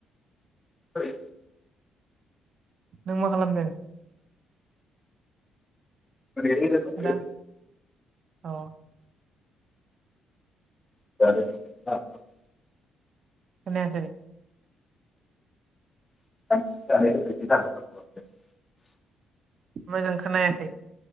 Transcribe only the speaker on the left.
है
ओरैनो दा दंथयो
<inaudible>
<inaudible>